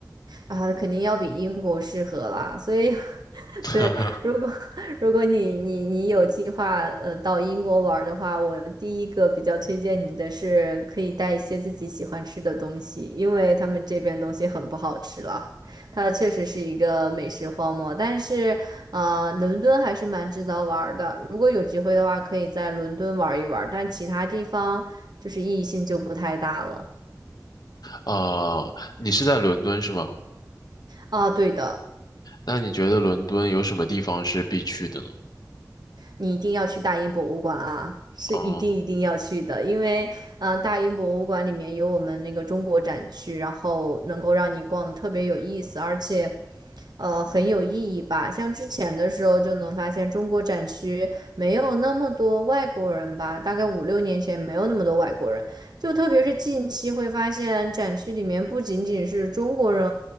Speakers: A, on the right (about 70°); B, on the left (about 65°).
A: 啊，肯定要比英国适合啦。所以，<laughs>
B: <laughs>
A: 对，如果如果你你你有计划呃到英国玩儿的话，我第一个比较推荐你的是可以带一些自己喜欢吃的东西，因为他们这边东西很不好吃了。它确实是一个美食荒漠，但是啊、呃伦敦还是蛮值得玩儿的。如果有机会的话，可以在伦敦玩一玩儿但其他地方就是意义性就不太大了。
B: 啊、你是在伦敦是吗？
A: 啊，对的，
B: 那你觉得伦敦有什么地方是必去的呢？
A: 你一定要去大英博物馆啊，是一定一定要去的，
B: 啊、
A: 因为嗯、呃大英博物馆里面有我们那个中国展区，然后能够让你逛的特别有意思，而且。呃很有意义吧。像之前的时候就能发现中国展区没有那么多外国人吧，大概五六年前没有那么多外国人，就特别是近期会发现展区里面不仅仅是中国人